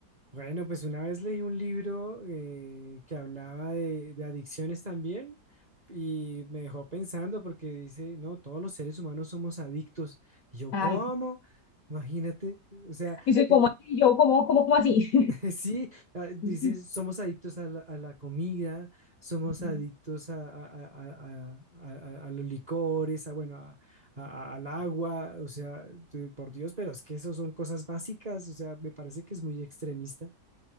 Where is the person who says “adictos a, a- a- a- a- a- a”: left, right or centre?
Right